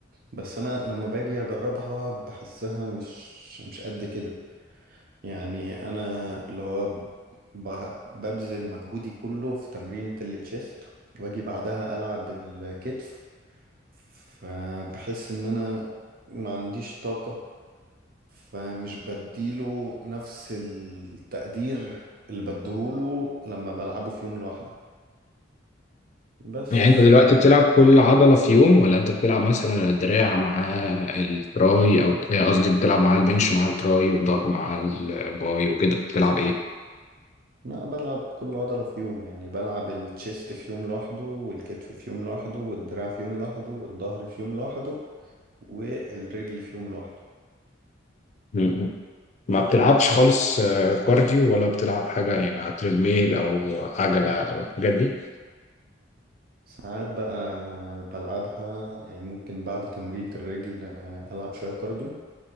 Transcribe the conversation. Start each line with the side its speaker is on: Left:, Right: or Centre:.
Right: بس انا لما باجي اجربها بحسها مش مش قد كده يعني انا اللي هو ب- ببذل مجهودي كله في تمرينة التشيست واجي بعدها العب الكتف فبحس ان انا ما عنديش طاقة فمش بديله نفس التقدير اللي بديهوله لما بلعبه في يوم لوحده بس
Left: يعني
Right: فبت...
Left: انت دلوقتي بتلعب كل عضله في يوم ولا انت بتلعب مثلا الدراع مع التراي او آه، قصدي بتلعب مع البنش مع التراي والظهر مع الباي وكده بتلعب ايه
Right: لا بلعب كل عضلة في يوم يعني بلعب التشيست في يوم لوحده والكتف في يوم لوحده والدراع في يوم لوحده والظهر في يوم لوحده والرجل في يوم لوحده
Left: م- م. ما بتلعبش خالص آه، كارديو ولا بتلعب حاجة يعني على تريدميل أو عجلة أو الحاجات دي
Right: ساعات بقى بلعبها يعني ممكن بعد تمرينة الرجل آه، ألعب شوية كارديو